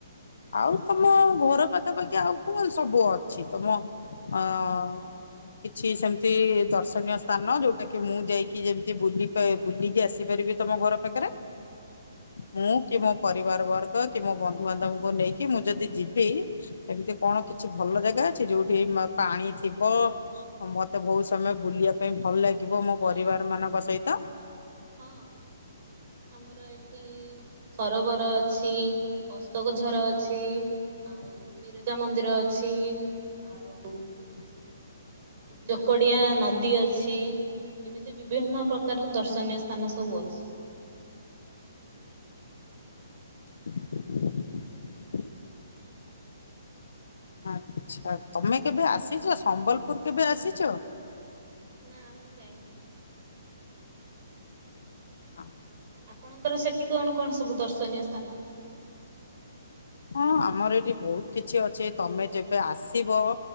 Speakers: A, on the left (about 75°); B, on the right (about 40°).
A: ଆଉ ତମ ଘର ପାଖାପାଖି ଆଉ କଣ ସବୁ ଅଛି ତମ ଅ- କିଛି ସେମିତି ଦର୍ଶନୀୟ ସ୍ଥାନ ଯୋଉଟା କି ମୁଁ ଯାଇକି ଯେମତି ବୁଲିକି ଆସିପାରିବି। ଥିବି ତମ ଘର ପାଖରେ ମୁଁ କି ମୋ ପରିବାର ବର୍ଗ କି ମୋ ବନ୍ଧୁବାନ୍ଧବଙ୍କୁ ନେଇକି- କି ମୁଁ ଯଦି ଯିବି ସେମିତି କଣ କିଛି ଭଲ ଜାଗା ଅଛି ଯୋଉଠି ପାଣି ଥିବ। ମୋତେ ବହୁତ ସମୟ ବୁଲିବା ପାଇଁ ଭଲ ଲାଗିବ ମୋ
B: ହଁ
A: ପରିବାର ମାନଙ୍କ ସହିତ। <inaudible>
B: ହଁ ଆମର ଏଇଠି ସରୋବର ଅଛି ଅଶୋକଝର ଅଛି।
A: <inaudible>
B: ଆଉ ବିରଜା ମନ୍ଦିର ଅଛି। ଆଉ
A: <inaudible>
B: ଜୋକଡିଆ ନଦୀ ଅଛି। ଏମିତି ବିଭିନ୍ନ ପ୍ରକାର ଦର୍ଶନୀୟ ସ୍ଥାନ ସବୁ ଅଛି।
A: <unintelligible> ଆଚ୍ଛା ତମେ କେବେ ଆସିଛ ସମ୍ବଲପୁର କେବେ ଆସିଛ?
B: ନା ମୁଁ ଯାଇନି।
A: ହଁ।
B: ଆପଣଙ୍କର ସେଠି କଣ କଣ ସବୁ ଦର୍ଶନୀୟ ସ୍ଥାନ ଅଛି?
A: ହଁ ଆମର ଏଠି ବହୁତ କିଛି ଅଛି ତମେ ଯେବେ ଆସିବ।